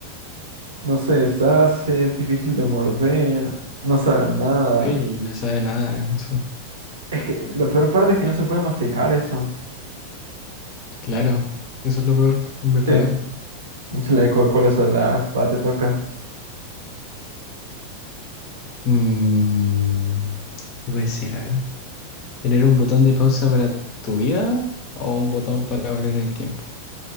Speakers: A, on the right; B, on the left.
A: No se deshace, es difícil de morder, no sabe a nada.
B: Ey, no sabe nada, eso,
A: Es que la peor parte es que no se puede masticar eso.
B: claro, eso es lo peor, en verdad.
A: Sí, se la de Coca-Cola sola, va, te toca.
B: Mm, ¿qué puede ser? A ver, ¿tener un botón de pausa para tu vida o un botón para volver en el tiempo?